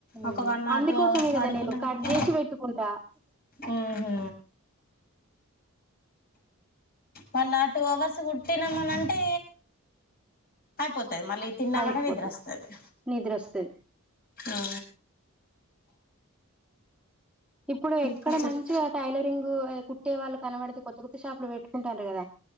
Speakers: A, on the left (about 45°); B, in the centre.
A: ఒక
B: అవును
A: వన్ నాట్
B: అందుకోసంే
A: టూ అవర్స్ పడుకున్న
B: కదా నేను
A: వరకి
B: కట్ చేసి పెట్టుకుంటా
A: ఉహు వన్ ఆర్ టూ అవర్స్ కుట్టినామని అంటే అయిపోతు మళ్ళీ ఈ తిన్న
B: అయిపోతది.
A: మటన్ నిద్రోస్తుది
B: నిద్రొస్తది.
A: ఆ
B: ఇప్పుడు
A: ఇంకా
B: ఎక్కడ
A: చెప్
B: మంచిగా టైలరింగ్ కుట్టే వాళ్ళు కనబడితే కొత్త కొత్త షాపు లో పెట్టుకుంటారు కదా